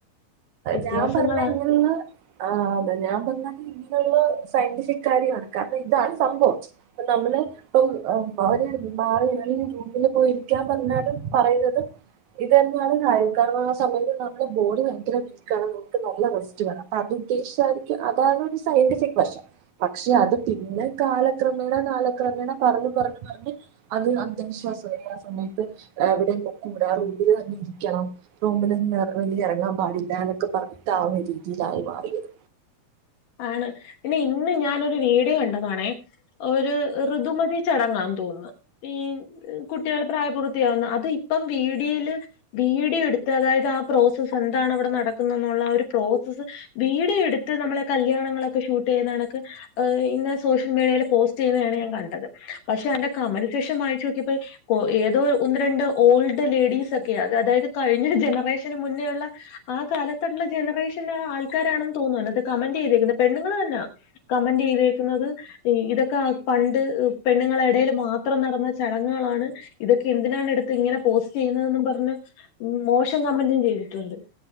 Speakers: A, on the left; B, on the right.
A: വ്യത്യാസങ്ങളാ
B: ഞാൻ പറഞ്ഞ ഇങ്ങനെയുള്ള ആഹ് അതെ ഞാൻ പറഞ്ഞത് ഇങ്ങനെയുള്ള സയന്റിഫിക് കാര്യമാണ് കാരണം ഇതാണ് സംഭവം ഇപ്പം നമ്മള് ഇപ്പം <unintelligible> മാറി ഏതെലും റൂമില് പോയി ഇരിക്കാൻ പറഞ്ഞാലും പറയുന്നത് ഇതെന്നാണ് അയേക്കാവുന്ന സമയത്ത് നമ്മുടെ ബോഡി ഭയങ്കര വീ- ക്കാണ് നമുക്ക് നല്ല റെസ്റ്റ് വേണം അപ്പ അത് ഉദ്ദേശിച്ചായിരിക്കും അതാണ് ഒരു സയന്റിഫിക് വശം പക്ഷെ അത് പിന്നെ കാല ക്രമേണ കാല ക്രമേണ പറഞ്ഞ് പറഞ്ഞ് പറഞ്ഞ് അത് അന്ധവിശ്വാസമല്ല ആ സമയത്ത്, എവിടെയും കൊക്കും കൂടെ ആ റൂം തന്നെ. ക്കണം റൂമിൽ നിന്ന് ഇറങ്ങാൻ പാടില്ല എന്നൊക്കെ പറഞ്ഞിട്ട് ആ ഒരു രീതിയിലായി മാറിയത്
A: ആണ് പിന്നെ ഇന്ന് ഞാൻ ഒരു വീഡിയോ കണ്ടതണേ ഒരു ഋതുമതി ചടങ്ങാൻ തോന്നുന്നു പി കുട്ടികൾ പ്രായപൂർത്തിയാവുന്ന അത് ഇപ്പം വീഡിയയിൽ വീഡിയോ എടുത്ത് അതായത് ആ പ്രോസസ്സ് എന്താണ് ഇവിടെ നടക്കുന്ന എന്നുള്ള ആ ഒരു പ്രോസസ്സ് വീഡിയോ എടുത്ത് നമ്മളെ കല്യാണങ്ങളൊക്കെ ഷൂട്ട് ചെയ്യുന്ന കണക്ക് ഇന്ന സോഷൽ മീഡിയയിൽ പോസ്റ്റ് ചെയ്യുന്നയാണ് ഞാൻ കണ്ടത് പക്ഷെ എന്റെ കമന്റ് സെക്ഷൻ വായിച്ച് നോക്കിയപ്പോ ഏതോ ഒന്ന് രണ്ട് ഓൾഡ് ലേഡീസ് ഒക്കെയാ അതായത് കഴിഞ്ഞ ജനറേഷന് മുന്നേയുള്ള ആ കാലത്തുള്ള ജനറേഷന് ആൾക്കാരാണെന്ന് തോന്നുന്നു അതിനകത്ത് കമന്റ് ചെയ്തെക്കുന്ന പെണ്ണുങ്ങൾ തന്നാ കമന്റ് ചെയ്തേക്കുന്നത് ഇതൊക്കെ പണ്ട് പെണ്ണുങ്ങളുടെ ഇടയിൽ മാത്രം നടന്ന ചടങ്ങുകളാണ് ഇതൊക്കെ എന്തിനാണ് എടുത്ത് ഇങ്ങനെ പോസ്റ്റ് ചെയ്യുന്നതെന്നും പറഞ്ഞ് മോശം കമന്റും ചെയ്തിട്ടുണ്ട്